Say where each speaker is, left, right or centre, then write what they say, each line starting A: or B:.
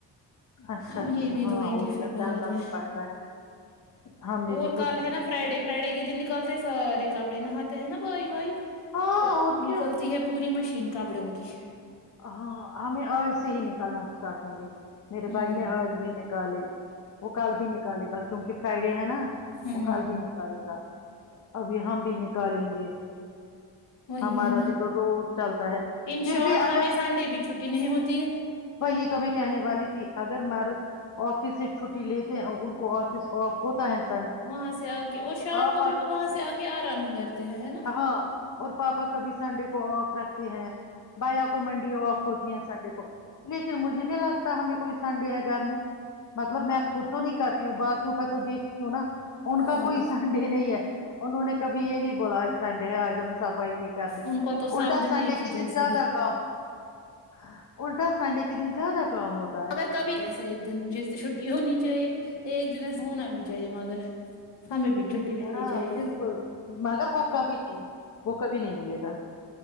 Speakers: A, on the left; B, on the left.
A: اچھا
B: اب یہ
A: کیا
B: بھی
A: ہاں
B: دھوئیں
A: اور
B: گے پھر
A: کیا
B: بعد
A: کرنا
B: میں
A: تو پڑتا ہے نا ہم نے
B: اور
A: بھی
B: کل
A: کچھ
B: ہے نا فرائیڈے فرائیڈے کے دن نکالتے سارے ناات ہے نا بائی وائی <inaudible>
A: ہاں
B: پھر
A: اور کیا
B: نکلتی ہے پوری مشین کابڑوں کی <inaudible>
A: ہاں ہمیں آج سے ہی نکالنا اسٹارٹ ہوں گے <unintelligible> میرے
B: ہوں
A: بھائی نے آج بھی نکالی وہ کل بھی نکالے کیونکہ فرائیڈے ہے نا <inaudible>
B: ہوں
A: وہ کل بھی نکالے گا ابھی ہم بھی نکالیں گے
B: وہی
A: ہمارا
B: ہے نا
A: بھی تو روز چلتا ہے
B: ان
A: پھر
B: شارٹ
A: بھی <inaudible>
B: ہمیں سنڈے بھی چھٹی نہیں ہوتی ہے <inaudible>
A: وہی تو میں کہنے والی تھی اگر مارض آفس سے چھٹی لیتے ہیں اور ان کو آفس آف ہوتا ہے <inaudible>
B: وہاں سے آ کے اور شام
A: پاپا
B: کو بھی وہ
A: کبھی
B: وہاں سے آ کے آرام ہی کرتے ہیں ہے نا
A: ہاں اور پاپا کبھی سنڈے کو آف رکھتی ہیں <inaudible> بیا کو منڈی آف ہوتی ہیں سنڈے کو مجھے نہیں لگتا ہمیں کوئی سنڈے ہے گھر میں <inaudible> مطلب میں خود تو نہیں کر رہی ہوں باقیوں کا تو دیکھ رہی ہوں نا ان
B: ہاں
A: کا کوئی سنڈے نہیں ہے انہوں نے کبھی یہ نہیں بولا آج سنڈے ہے آج ہم صفائی نہیں کرنی
B: ان کو تو سب
A: اللٹا
B: دن
A: سنڈے
B: ایک
A: ک
B: ہی جیسے
A: دن زیادہ
B: ہے
A: کام <inaudible> اں اور <inaudible> سنڈے کی دن <inaudible>
B: مگر
A: ہے
B: کبھی ایسا ایک دن جس دن چھٹی ہونی چاہیے ایک دن ایسا ہونا بھی چاہے کیاے مگر <inaudible> چھٹی ملنی
A: ہاں
B: چاہیے
A: بالکل مگر کوکا بھی نہیں میں وہ کبھی نہیں ملے گا